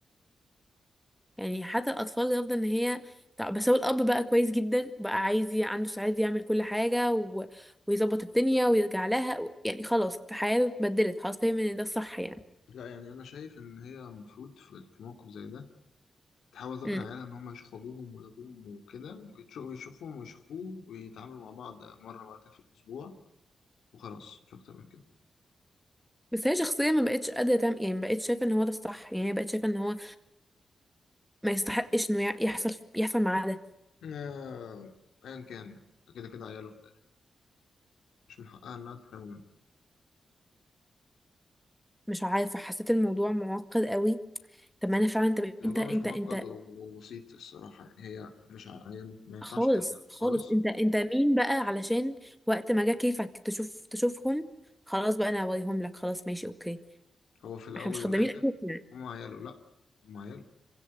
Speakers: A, in the centre; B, on the left.
A: يعني حتى الاطفال يفضل ان هي طب- بس هو الاب بقى كويس جدا بقى عايز ي- عنده سعاده يعمل كل حاجه و... ويظبط الدنيا ويرجع لها و... يعني خلاص الحياه اتبدلت خلاص فاهم ان ده الصح يعني
B: لا يعني انا شايف ان هي المفروض في في موقف زي ده تحاول تقنع
A: امم
B: عيالها ان هم يشوفوا ابوهم وابوهم وكده ويتش- ويشوفهم ويشوفوه ويتعاملوا مع بعض مره مرتين في الاسبوع وخلاص مش اكتر من كده
A: بس هي شخصيا ما بقتش قادره تعمل يعني ما بقتش شايفه ان هو ده الصح يعني هي بقت شايفه ان هو ما يستحقش انه يع- يحصل يحصل معاه ده
B: آه، ايا كان كده كده عياله في الاخر مش من حقها انها تحرمه منه
A: مش عارفه حسيت الموضوع معقد قوي طب ما انا فعلا طب
B: الموضوع
A: انت انت
B: مش معقد
A: انت
B: وبسيط الصراحه يعني هي مش ع... هي ما ينفعش
A: خالص
B: ترجع له
A: خالص
B: خالص
A: انت انت مين بقى علشان وقت ما جه كيفك تشوف تشوفهم خلاص بقى انا هوريهم لك خلاص ماشي اوكي
B: هو في الاول
A: احنا مش
B: والاخر
A: خدامين ابوك يعني
B: هم عياله لا هم عياله